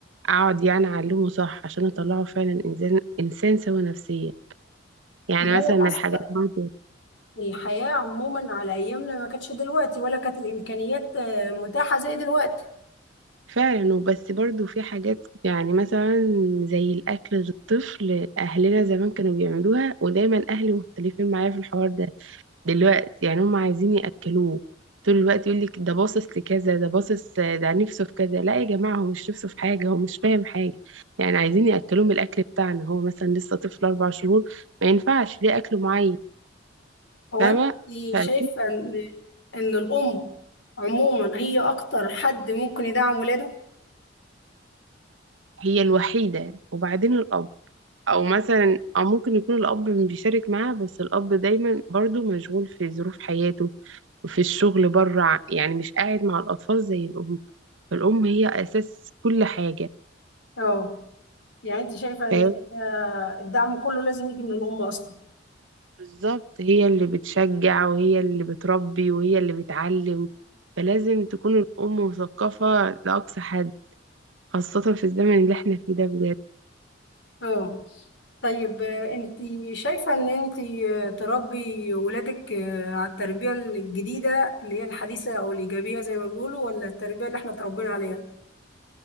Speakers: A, on the right; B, on the left.
A: اقعد يعني اعلمه صح عشان اطلعه فعلا انسان انسان سوي نفسيا يعني
B: ما
A: مثلا
B: هو
A: من
B: أصلا
A: الحاجات برضه
B: الحياة عموما على أيامنا ما كانتش دلوقتي ولا كانت الإمكانيات آه، متاحة زي دلوقتي
A: فعلا وبس برضو في حاجات يعني مثلا زي الأكل للطفل أهلنا زمان كانوا بيعملوها ودايما أهلي مختلفين معايا في الحوار ده دلوقتي يعني هم عايزين يأكلوه طول الوقت يقول لك ده باصص لكذا ده باصص ده نفسه في كذا لا يا جماعة هو مش نفسه في حاجة هو مش فاهم حاجة يعني عايزين يأكلوه من الأكل بتاعنا هو مثلا لسه طفل أربع شهور ما ينفعش ليه أكل معين
B: هو
A: فاهمة
B: أنت شايفة
A: فهي
B: إن إن الأم عموما هي أكتر حد ممكن يدعم ولاده؟
A: الوحيدة وبعدين الأب او مثلا او ممكن يكون الاب بيشارك معاها بس الاب دايما برضو مشغول في ظروف حياته وفي الشغل بره يعني مش قاعد مع الاطفال زي الام الام هي اساس كل حاجه
B: اه يعني أنت شايفة إن
A: فهي
B: آه، الدعم كله لازم يجي من الأم أصلا
A: بالظبط هي اللي بتشجع وهي اللي بتربي وهي اللي بتعلم فلازم تكون الام مثقفه لاقصى حد خاصه في الزمن اللي احنا فيه ده بجد
B: اه طيب آه، انت شايفة ان انت آه، تربي ولادك آه، على التربية الجديدة اللي هي الحديثة او الايجابية زي ما بيقولوا ولا التربية اللي احنا اتربينا عليها